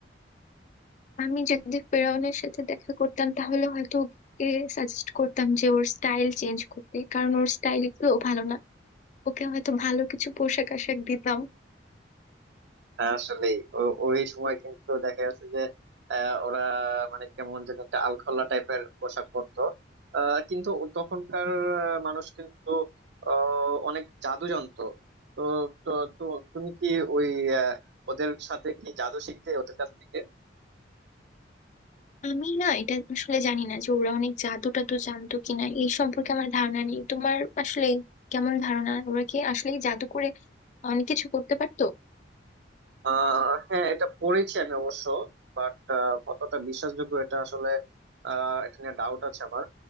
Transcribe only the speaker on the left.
আমি যদি ফেরাউনের সাথে দেখা করতাম তাহলে হয়তো ওকে সাজেস্ট করতাম যে ওর স্টাইল চেঞ্জ করতে কারণ ওর স্টাইল গুলো ভালো না ওকে হয়তো ভালো কিছু পোশাক আশাক দিতাম
আমি না এটা আসলে জানি না যে ওরা অনেক জাদু টাদু জানতো কিনা এই সম্পর্কে আমার ধারণা নেই তোমার আসলে কেমন ধারণা ওরা কি আসলে জাদু করে অনেক কিছু করতে পারতো